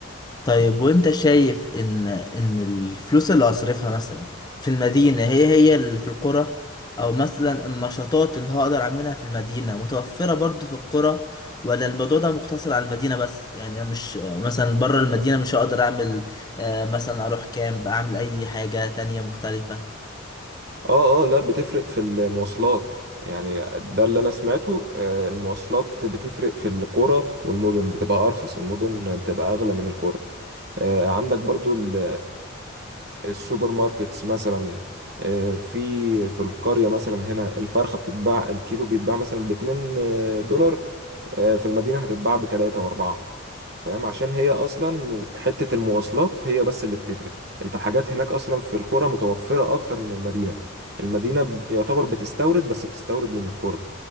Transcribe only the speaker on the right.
اه اه لا بتفرق في المواصلات يعني ده اللي انا سمعته آه، المواصلات بتفرق في القرى والمدن بتبقى ارخص المدن بتبقى اغلى من القرى آه، عندك برضو ال- السوبر ماركتس مثلا آه، في في القرية مثلا هنا الفرخة بتتباع الكيلو بيتباع مثلا باتنين آه، دولار آه، في المدينة هتتباع بتلاتة وأربعة فاهم عشان هي أصلا حتة المواصلات هي بس اللي بتفرق أنت الحاجات هناك أصلا في القرى متوفرة أكتر من المدينة المدينة ب- يعتبر بتستورد بس بتستورد من القرى